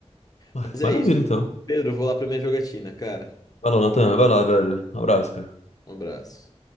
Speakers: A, on the left (about 75°); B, on the left (about 35°).
A: Ah,
B: Mas é
A: Maravilha,
B: isso.
A: então.
B: Pedro, eu vou lá pra minha jogatina, cara.
A: Vai lá, Natan. Vai lá, velho. Um abraço, cara.
B: Um abraço.